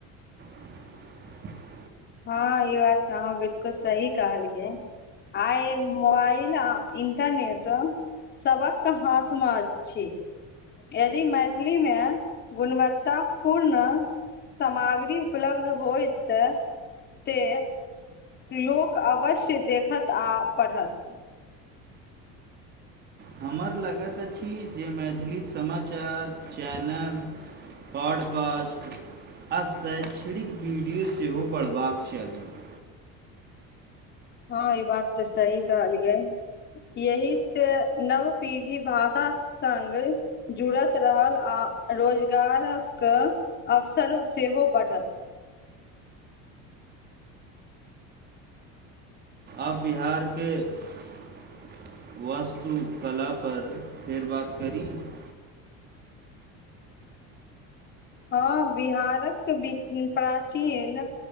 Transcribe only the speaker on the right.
<inaudible>
हमर लगैत अछि जे मैथिली समाचार चैनल। पॉडकास्ट आ शैक्षणिक वीडियो सेहो बढ़बाक चाही। <unintelligible>
आब बिहारके- <unintelligible> वास्तुकला पर फेर बात करी? <unintelligible>